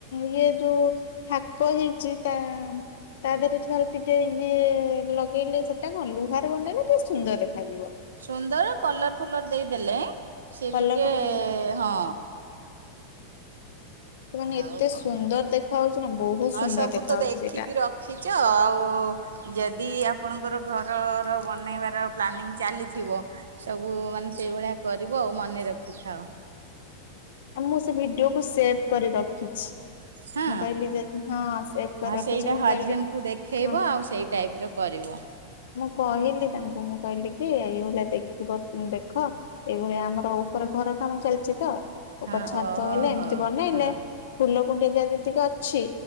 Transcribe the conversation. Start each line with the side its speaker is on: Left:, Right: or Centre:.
Left: ଇଏ ଯୋଉ ଥା କ ହେଇଛି ତା ତା ଦେହରେ ଖା ଟିକେ ଇଏ ଲଗେଇଲେ ସେଟା କଣ ଲୁହା ରେ ବନେଲେ ଟିକେ ସୁନ୍ଦର ଦେଖାଯିବ।
Right: ସୁନ୍ଦର କଲର ଫଲର ଦେଇଦେଲେ ସେି
Left: କଲର
Right: ଟିକେ
Left: ଫଲର ଦେ
Right: ହଁ।
Left: ସେମାନେ ଏତେ
Right: ଆଉ କଣ
Left: ସୁନ୍ଦର ଦେଖା ହାଉଛି ନା ବହୁତ
Right: ହଁ
Left: ସୁନ୍ଦର
Right: ସବୁ
Left: ଦେଖା
Right: ତ
Left: ହାଉଛି
Right: ଦେଖିକି
Left: ସେଇଟା
Right: ର ଖିଚ ଆଉ। ଯଦି ଆପଣଙ୍କର ଘରର ବନେଇବାର ପ୍ଲାନିଂ ଚାଲିଥିବ ସବୁ ମାନେ ସେଇଭଳିଆ କରିବ ଆଉ ମନେ ରଖିଥାଅ।
Left: ମୁଁ ସେ ଭିଡିଓକୁୁ ସେଭ କରି ରଖିଛି।
Right: ହଁ
Left: ମୁଁ କହିଲି ଯଦି ହଁ ସେଭ କରି
Right: ହଁ
Left: ରଖୁଛି
Right: ସେଇଟା
Left: ମୁ
Right: ହଜବେଣ୍ଡକୁ
Left: କହିଲି
Right: ଦେଖେଇବ
Left: ହଁ
Right: ଆଉ ସେଇ ଟାଇପର କରିବ।
Left: ମୁଁ କହିଲି ତାଙ୍କୁ ମୁଁ କହିଲି କି ଏଇଭଳିଆ ଦେଖିବ ଦେଖ ଏଇଭଳିଆ ଆମର ଉପର ଘର କାମ ଚାଲିଛି ତ ଉପର
Right: ହଁ
Left: ଛାତ
Right: ଓହୋ
Left: ହେଲେ ଏମିତି
Right: ହୋ
Left: ବନେଇଲେ
Right: ହଁ
Left: ଫୁଲ କୁଣ୍ଡିଆ ଯାହା ଯେତିକି ଅଛି